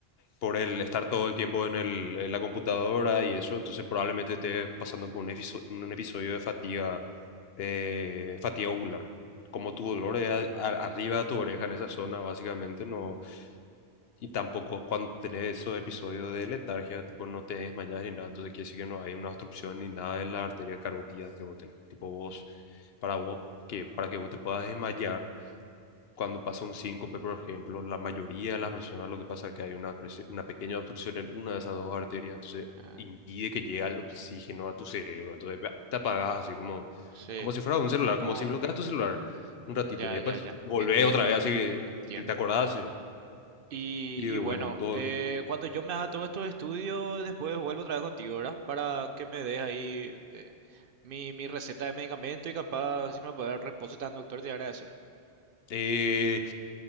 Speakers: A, on the left; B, on the right.
A: por el estar todo el tiempo en el, en la computadora y eso, entonces probablemente estés pasando por un episodio, un episodio de fatiga, eh, fatiga ocular. Como tu dolor es a- a- arriba de tu oreja en esa zona, básicamente, no, y tampoco cuando tenés esos episodios de letargia, tipo no te desmayas ni nada, entonces quiere decir que no hay una obstrucción ni nada de las arterias carotidas que vos tenés, tipo vos, para vos, que, para que vos te puedas desmayar cuando pasa un síncope, por ejemplo, la mayoría de las personas lo que pasa es que hay una, presi- una pequeña obstrucción en una de esas dos arterias, entonces
B: Ah,
A: impide que llegue el oxígeno a tu cerebro, entonces bah, te apagas así como,
B: sí,
A: como si fuera un celular,
B: cómo,
A: como si bloqueas tu celular un ratito
B: Ya,
A: y después
B: ya, ya.
A: volvés
B: Entiendo,
A: otra vez
B: doctor.
A: así,
B: Entiendo.
A: te te acordás. eh.
B: Y,
A: Y
B: y bueno,
A: bueno, en todo.
B: eh, cuando yo me haga todos estos estudios, después vuelvo otra vez contigo, ¿verdad? Para que me des ahí eh, mi, mi receta de medicamento y capaz si me puede dar reposo tan doctor, te agradecer.
A: Eh,